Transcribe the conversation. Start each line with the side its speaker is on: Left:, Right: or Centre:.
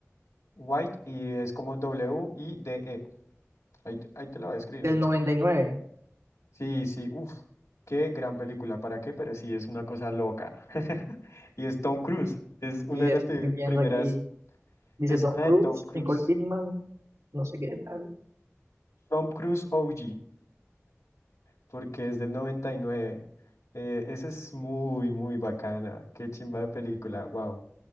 Left: White y es como W-I-D-E. Ahí, te- ahí te lo voy a escribir
Right: Del
Left: en
Right: 99.
Left: chat. Sí, sí, uff, qué gran película, ¿para qué? Pero sí, es una cosa loca. <laughs> Y es Tom Cruise, es una
Right: Y nueve.
Left: de
Right: Y este
Left: las pe-
Right: estoy viendo
Left: primeras,
Right: aquí, dice
Left: es
Right: Tom
Left: una
Right: Cruise,
Left: de Tom Cruise,
Right: Nicole Kidman, no sé qué tal.
Left: Tom Cruise OG, porque es del 99. Eh, esa es muy, muy bacana, qué chimba de película, wow.